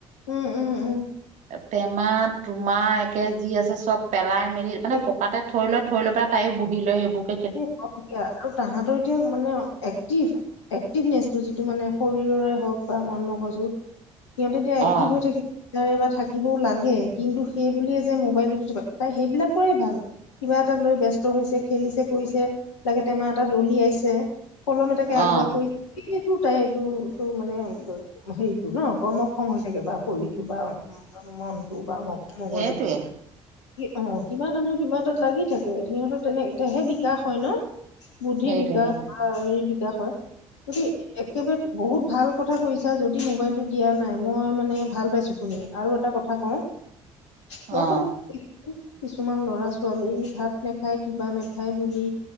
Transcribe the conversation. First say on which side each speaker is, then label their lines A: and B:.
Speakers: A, on the left; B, on the right.
A: উম উম উম
B: প্ৰেমা তোমাৰ তাকে যি আছে চব পেলাই মেলি
A: নাই
B: মানে পকাতে থৈ লৈ থৈ লৈ পেলাই তাইও বহি লয় সেইবোৰ
A: সেই হওক দিয়া আৰু তাহাঁতৰ এতিয়া মানে এক্টিভ এক্টিভনেচটো যিটো মানে শৰীৰৰে হওক বা মন মগজু সিহঁতে এতিয়া এক্টিভ
B: অ',
A: হৈ থাকি বা থাকিবও লাগে কিন্তু সেই বুলিয়ে যে মোবাইলটো তাই সেইবিলাকোৰেই ভাল। কিবা এটা লৈ ব ব্যস্ত হৈছে খেলিছে কৰিছে লাকে টেমা এটা দলিয়াইছে কলম এ তাকে আগবাগ
B: অ',
A: কৰিছে। এইটো তাই এইটোটো মানে হেৰিতটো ন কৰ্মক্ষম হৈ চাগে বা শৰীৰটো বা মনটো বা ম মগজুতটো
B: সেইটোৱে
A: অ' কিবা এটা নহয় কিবা এটাাত লাগি থাকে সিহঁতৰ তেনেকহে বি বিকাশ হয় ন, বুদ্ধিৰ
B: সেইটোৱে
A: বিকাশ
B: সেইটোৱে
A: বা হেৰিৰ বিকাশ হয় গটি একেবাৰে বহুত ভাল কথা কৈছা যদি মোবাইলটো দিয়া নাই মই মানে ভাল পাইছো শুনি। আৰু এটা কথা কওঁ। ইয়াতে
B: অ'।
A: মানে কিছুমান লৰা ছোৱালী ভাত নাখায় কিবা নাখায় বুলি